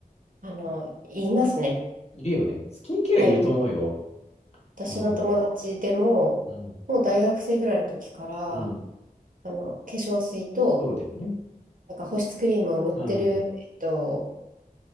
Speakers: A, on the right; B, on the left.
A: あのー、言いますね。
B: いるよね。スキンケアいると思うよ。
A: はい。私の友達でも、
B: うん。うん。
A: もう大学生ぐらいの時から、
B: うん。
A: あの、化粧水と、
B: そうだよね。
A: なんか保湿クリームを塗ってる、
B: うん。
A: えっと、